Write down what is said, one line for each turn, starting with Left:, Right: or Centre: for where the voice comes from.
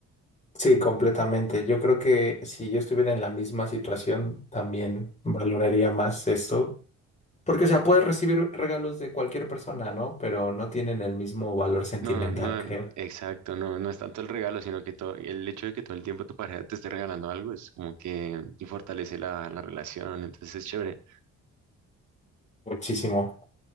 Left: sí, completamente. Yo creo que si yo estuviera en la misma situación, también valoraría más esto. Porque, o sea, puedes recibir regalos de cualquier persona, ¿no? Pero no tienen el mismo valor sentimental,
Right: No, no,
Left: creo.
Right: exacto, no, no es tanto el regalo, sino que todo, el hecho de que todo el tiempo tu pareja te esté regalando algo es como que y fortalece la, la relación, entonces es chévere.
Left: Muchísimo.